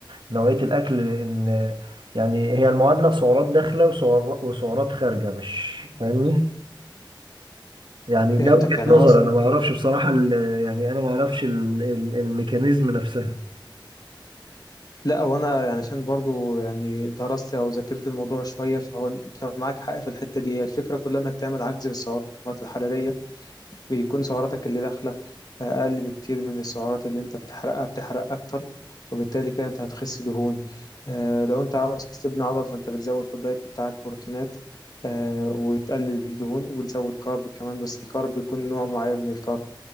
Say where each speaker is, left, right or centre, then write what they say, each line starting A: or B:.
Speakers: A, on the right; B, on the left.
A: نوعية الاكل لان يعني هي المعادلة سعرات داخلة وسعر- وسعرات خارجة مش فاهمني يعني ده
B: فهمتك
A: وجهة
B: يعني
A: نظر
B: هو أصلا
A: انا ما اعرفش بصراحة ال- يعني انا ما اعرفش ال- ال- الميكانيزم نفسها
B: لا وأنا يعني عشان برضو يعني درست أو ذاكرت الموضوع شوية فهو أنت معاك حق في الحتة دي هي الفكرة كلها إنك تعمل عجز بالسعرات الحرارية بيكون سعراتك اللي داخلة أقل بكتير من السعرات اللي أنت بتحرقها بتحرق أكتر وبالتالي كده أنت هتخس دهون آه لو أنت عاوز تبني عضل فأنت بتزود في الدايت بتاعك بروتينات آه وتقلل الدهون وبتزود كارب كمان بس الكارب بيكون نوع معين من الكارب